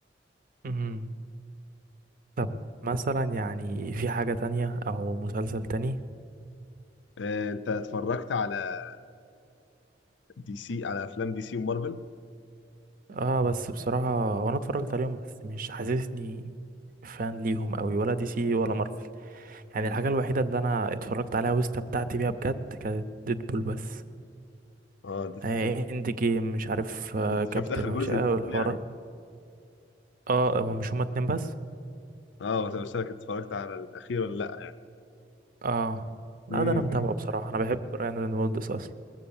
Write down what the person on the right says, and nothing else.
امم طب مثلا يعني في حاجة تانية او مسلسل تاني
اه بس بصراحة وانا اتفرجت عليهم بس مش حاسسني فان ليهم قوي ولا دي سي ولا مارفل
يعني الحاجة الوحيدة اللي انا اتفرجت عليها واستمتعت بيها بجد كانت ديدبول بس
آه اند جيم مش عارف آه
كابتن
وش
آه
والحوارات
اه هو مش هما اتنين بس
اه لا
ده انا متابعه بصراحة انا بحب رايان رينولدز اصلا